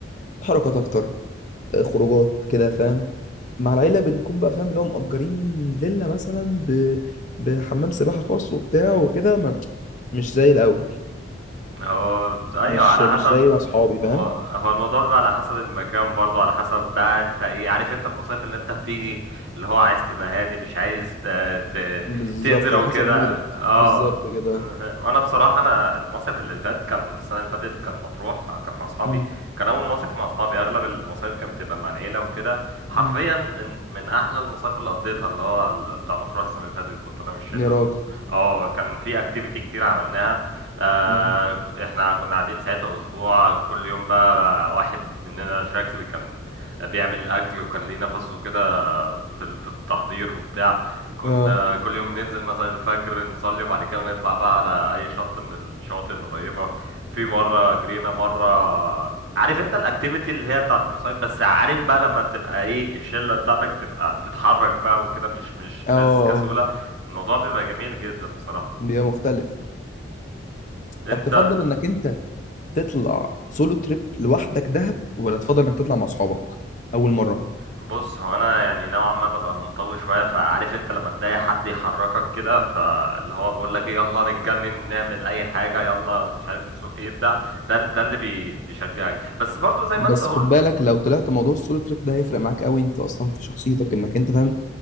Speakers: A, on the left; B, on the right.
A: حركات أكتر آه، خروجات كده فاهم مع العيلة بنكون بقى فاهم اللي هو مأجرين فيلا مثلا ب... بحمام سباحة خاص وبتاع وكده ما... مش زي الأول
B: هو ايوه
A: مش
B: على
A: مش
B: حسب
A: زي مع أصحابي فاهم
B: هو هو الموضوع بيبقى على حسب المكان برضو على حسب بقى انت ايه عارف انت المصايف اللي انت بتيجي اللي هو عايز تبقى هادي مش عايز آه، ت...
A: بالظبط
B: تنزل
A: على
B: وكده
A: حسب مودك
B: اه
A: بالظبط كده
B: انا
A: اه
B: فاهم انا بصراحه انا المصيف اللي فات كان السنه اللي فاتت كان مطروح كان مع اصحابي
A: مم.
B: كان اول مصيف مع اصحابي اغلب المصايف كانت بتبقى مع العيله وكده حرفيا
A: مم.
B: من من احلى المصايف اللي قضيتها اللي هو ال- بتاع مطروح السنه اللي فاتت كنت انا والشله
A: يا راجل
B: و... اه كان في اكتيفيتي كتير عملناها آه
A: مم.
B: ك- احنا كنا قاعدين ساعتها اسبوع كل يوم بقى واحد مننا شكل كان بيعمل اكل وكان ليه نفسه كده في ال- في التحضير وبتاع كنا
A: اه
B: كل يوم ننزل مثلا الفجر نصلي وبعد كده نطلع بقى على اي شط من الشواطئ القريبة في مرة جرينا مرة عارف انت الاكتيفيتي اللي هي بتاعت المصايف بس عارف بقى لما تبقى ايه الشلة بتاعتك تبقى بتتحرك بقى وكده مش مش
A: اه
B: ناس
A: آه.
B: كسولة الموضوع بيبقى جميل جدا بصراحة
A: بيبقى مختلف
B: انت
A: طب تفضل انك انت تطلع سولو تريب لوحدك دهب ولا تفضل انك تطلع مع اصحابك اول مره
B: بص هو انا يعني نوعا ما ببقى منطوي شويه فعارف انت لما تلاقي حد يحركك كده فاللي هو بيقول لك ايه يلا نتجنن نعمل اي حاجه يلا مش عارف نسوق ايه بتاع ده ده اللي بي بيشجعك بس برضو زي
A: بس
B: ما انت قلت
A: خد بالك لو طلعت موضوع السولو تريب ده هيفرق معاك قوي انت اصلا في شخصيتك انك انت فاهم